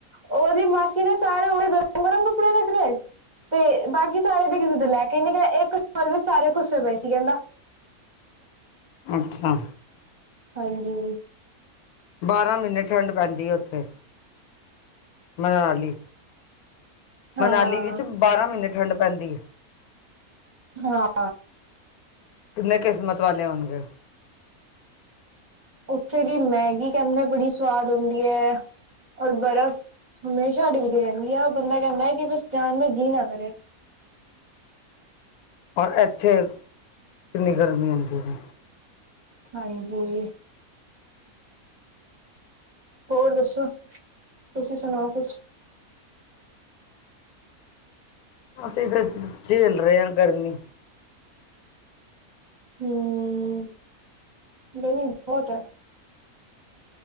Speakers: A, on the right; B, on the left.
A: ਓਦੀ ਮਾਸੀ ਨੇ ਸਾਰੇ ਓਦੇ ਗਰਮ-ਗਰਮ ਕੱਪੜੇ ਰੱਖ ਲਏ ਤੇ ਬਾਕੀ ਸਾਰੇ ਦੇ ਕਿਸੇ ਦੇ ਲੈ ਕੇ ਨੀ ਗਏ ਏਕ ਕੰਬਲ ਵੇਚ ਸਾਰੇ ਖੁੱਸੇ ਪਏ ਸੀ ਕੈਂਦਾ।
B: ਅੱਛਾ।
A: ਹਾਂਜੀ।
B: ਬਾਰਾਂ ਮੀਨੇ ਠੰਡ ਪੈਂਦੀ ਐ ਓਥੇ ਮਨਾਲੀ
A: ਹਾਂ
B: ਮਨਾਲੀ ਵਿੱਚ ਬਾਰਾਂ ਮੀਨੇ ਠੰਡ ਪੈਂਦੀ
A: ਹਾਂ
B: ਕੀਨੇ ਕੀਸਮਤ ਵਾਲੇ ਹੋਣਗੇ ਓ
A: ਓਥੇ ਦੀ ਮੈਗੀ ਕੈਂਦੇ ਬੜੀ ਸਵਾਦ ਹੁੰਦੀ ਐ ਔਰ ਬਰਫ਼, ਹਮੇਸ਼ਾ ਡਿੱਗਦੀ ਰੈਂਦੀ ਐ ਔਰ ਬੰਦਾ ਕੈਂਦਾ ਐ ਕੇ ਬਸ ਜਾਣ ਦਾ ਜੀਅ ਨਾ ਕਰੇ।
B: ਔਰ ਐਥੇ ਕੀਨੀ ਗਰਮੀ ਹੁੰਦੀ ਐ।
A: ਹਾਂਜੀ। ਹੋਰ ਦੱਸੋ, ਤੁਸੀਂ ਸੁਣਾਓ ਕੁਛ?
B: ਅਸੀਂ ਤਾਂ ਝੇਲ ਰਏ ਆਂ ਗਰਮੀ।
A: ਹੂੰ, ਗਰਮੀ ਬੌਤ ਐ।